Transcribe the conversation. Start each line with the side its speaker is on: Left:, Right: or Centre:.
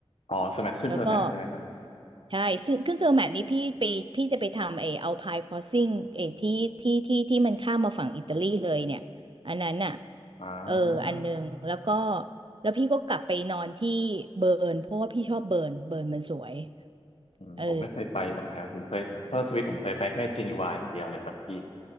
Left: อ๋อสแมทขึ้นสแมทใช่ไหมครับ
Right: แล้วก็ใช่ซึ่งขึ้นเซอร์แมทนี้พี่ไปพี่จะไปทำไอเอาพายคอสซิ่งไอที่ที่ที่ที่มันข้ามมาฝั่งอิตาลีเลยเนี่ยอันนั้นอ่ะ
Left: อ่
Right: เอออันหนึ่งแล้วก็
Left: า
Right: แล้วพี่ก็กลับไปนอนที่เบิร์นเพราะว่าพี่ชอบเบิร์นเบิร์นมันสวย
Left: อืมผมไม่เคยไปตรงแถวผมเคยเซอร์สวิตผมเคยไปแค่เจนีวาอย่างเดียวเลยครับพี่
Right: เออ